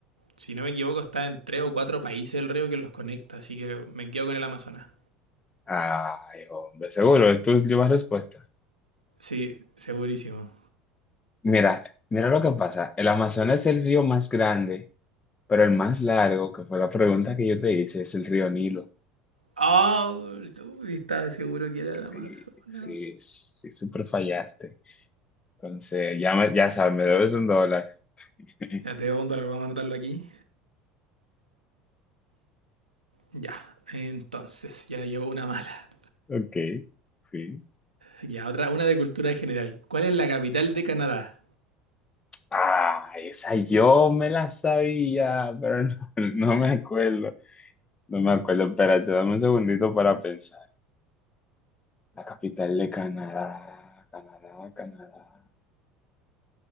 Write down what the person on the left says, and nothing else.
Ay, hombre, seguro, es tu última respuesta.
Mira, mira lo que pasa. El Amazonas es el río más grande, pero el más largo, que fue la pregunta que yo te hice, es el río Nilo.
Sí, sí, sí, súper fallaste. Entonces, ya, me- ya sabes, me debes un dólar. <laughs>
Ok, sí.
Ah, esa yo me la sabía, pero <laughs> no, no me acuerdo. No me acuerdo. Espérate, dame un segundito para pensar. La capital de Canadá, Canadá, Canadá.